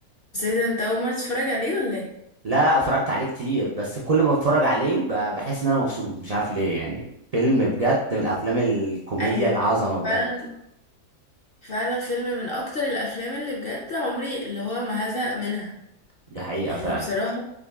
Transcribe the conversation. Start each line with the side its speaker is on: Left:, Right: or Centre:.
Left: ايه ده انت اول مرة تتفرج عليه ولا ايه
Right: لا لا اتفرجت عليه كتير بس كل ما اتفرج عليه ب... بحس ان انا مبسوط مش عارف ليه يعني فيلم بجد من الافلام الكوميديا
Left: ايوه
Right: العظمه
Left: هو
Right: بجد
Left: فعلا فعلا فيلم من اكتر الافلام اللي بجد عمري اللي هو ما هزهق منها
Right: دي حقيقه
Left: يعني
Right: فعلا
Left: بصراحة